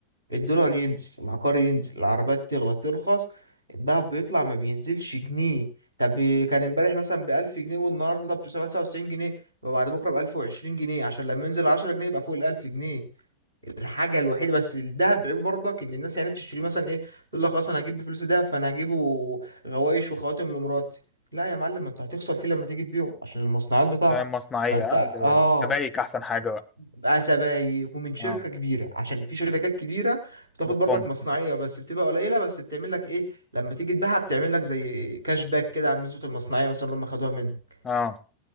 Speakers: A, on the right; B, on the left.
A: الدولار ينزل العقار ينزل العربيات تغلى ترخص الدهب بيطلع ما بينزلش جنيه طب كان امبارح مثلا ب 1000 جنيه والنهارده ب 999 جنيه وبعد بكره ب 1020 جنيه عشان لما ينزل 10 جنيه يبقى فوق ال 1000 جنيه الحاجه الوحيده بس الذهب عيب برضك ان الناس يعني بتشتريه مثلا ايه تقول لك خلاص انا هجيب بفلوس الذهب فانا هجيبه غوايش وخواتم لمراتي لا يا معلم ما انت هتخسر فيه لما تيجي تبيعه عشان المصنعات بتاعته
B: فاهم مصنعية
A: فانت اه
B: اه الكبايك احسن حاجة بقى
A: بقى سبايك ومن شركه
B: اه
A: كبيره عشان في شركات كبيره بتاخد
B: بتخم
A: برضك مصنعيه بس بتبقى قليله بس بتعمل لك ايه لما تيجي تبيعها بتعمل لك زي كاش باك كده على نسبه المصنعيه مثلا اللي هم خدوها منك
B: اه